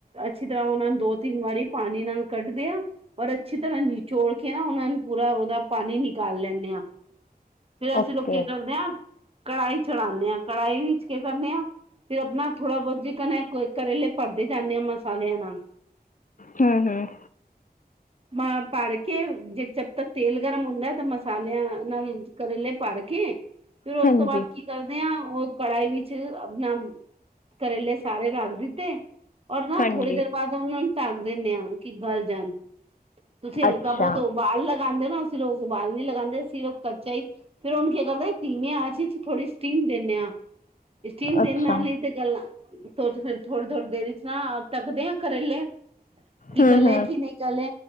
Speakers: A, on the right; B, on the left.
A: ਅੱਛੀ ਤਰ੍ਹਾਂ ਉਹਨਾ ਨੂੰ ਦੋ-ਤਿੰਨ ਵਾਰੀ ਪਾਣੀ ਨਾਲ ਕੱਢਦੇ ਆ ਔਰ ਅੱਛੀ ਤਰ੍ਹਾਂ ਨਿਚੋੜ ਕੇ ਨਾ ਉਹਨਾ ਨੂੰ ਪੂਰਾ ਉਹਦਾ ਪਾਣੀ ਨਿਕਾਲ ਲੈਣੇ ਆ ਫੇਰ ਅਸੀਂ
B: ਓਕੇ
A: ਲੋਕੀ ਕੇ ਕਰਦੇ ਆ ਕੜਾਹੀ ਚੜਾਣੇ ਆ, ਕੜਾਹੀ ਵਿੱਚ ਕੇ ਕਰਨੇ ਆ ਤੇ ਆਪਣਾ ਥੋੜਾ ਬਹੁਤ ਜੇ <unintelligible> ਕਰੇਲੇ ਪਰਦੇ ਜਾਨੇ ਆ ਮਸਾਲਿਆਂ ਨਾਲ
B: ਹੁੰ, ਹੁੰ।
A: ਮਾ ਪਰ ਕੇ ਜੇ ਜਦ ਤੱਕ ਤੇਲ ਗਰਮ ਹੁੰਦੈ ਤਾ ਮਸਾਲਿਆਂ ਨਾਲ ਨਲ ਕਰੇਲੇ ਪਰ ਕੇ ਫੇਰ ਉਸ
B: ਹਾਂਜੀ
A: ਤੋਂ ਬਾਅਦ ਕੀ ਕਰਦੇ ਆ ਉਹ ਕੜਾਹੀ ਵਿੱਚ ਆਪਣਾ ਕਰੇਲੇ ਸਾਰੇ ਰੱਖ ਦਿੱਤੇ ਔਰ ਨਾ
B: ਹਾਂਜੀ
A: ਥੋੜ੍ਹੀ ਦੇਰ ਬਾਅਦ ਉਹਨਾਂ ਨੂੰ ਢੱਕ ਦੇਨੇ ਆ ਕਿ ਗਲ ਜਾਣ ਤੁਸੀਂ ਹਲਕਾ
B: ਅੱਛਾ
A: ਬਹੁਤ ਉਬਾਲ ਲਗਾਦੇ ਨਾ, ਅਸੀਂ ਲੋਕ ਉਬਾਲ ਨੀ ਲਗਾਦੇ ਅਸੀ ਲੋਕ ਕੱਚਾ ਹੀ, ਫੇਰ ਉਹਨੂੰ ਕੀ ਕਰਦੇ ਧੀਮੀ ਆਚ ਵਿਚ ਥੋੜੀ ਸਟੀਮ ਦੇਨੇ ਆ, ਸਟੀਮ
B: ਅੱਛਾ
A: ਦੇਣ ਨਾਲ ਈ ਤੇ ਫੇਰ ਥੋੜੀ-ਥੋੜੀ ਦੇਰ ਵਿੱਚ ਨਾ ਤੱਕਦੇ ਆ ਕਰੇਲੇ। ਕੀ
B: ਹੂੰ
A: ਗੱਲੇ
B: ਹੂੰ
A: ਐ ਕਿ ਨਹੀਂ ਗੱਲੇ।